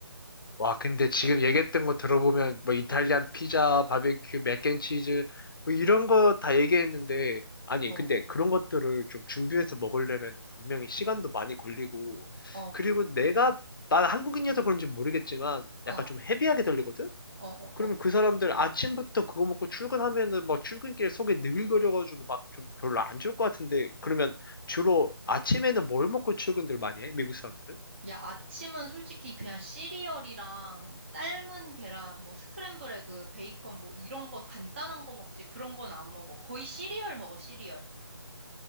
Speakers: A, on the left (about 55°); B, on the right (about 25°).
A: 와, 근데 지금 얘기했던 거 들어보면 뭐 이탈리안 피자, 바베큐, 맥앤치즈 뭐 이런 거 다 얘기했는데 아니,
B: 어,
A: 근데 그런 것들을 좀 준비해서 먹으려면 분명히 시간도 많이 걸리고
B: 어,
A: 그리고 내가 난 한국인이어서 그런지 모르겠지만
B: 어,
A: 약간 좀 헤비하게 들리거든?
B: 어, 어,
A: 그러면
B: 어.
A: 그 사람들 아침부터 그거 먹고 출근하면은 막 출근길 속에 느글거려가지고 막 좀 별로 안 좋을 것 같은데 그러면 주로 아침에는 뭘 먹고 출근들 많이 해? 미국 사람들은?
B: 야, 아침은 솔직히 그냥 시리얼이랑 삶은 계란, 뭐 스크램블 에그, 베이컨 뭐 이런 거 간단한 거 먹지. 그런 건 안 먹어. 거의 시리얼 먹어, 시리얼.